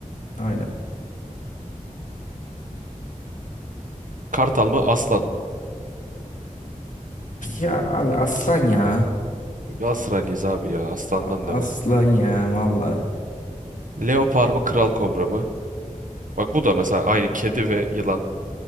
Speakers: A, on the left (about 70°); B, on the right (about 70°).
A: Aynen.
B: Kartal mı, aslan mı?
A: Ya abi aslan ya.
B: Galatasaraylıyız abi ya. Aslandan
A: A-
B: devam.
A: Aslan ya valla.
B: Leopar mı, kral kobra mı? Bak bu da mesela aynı kedi ve yılan.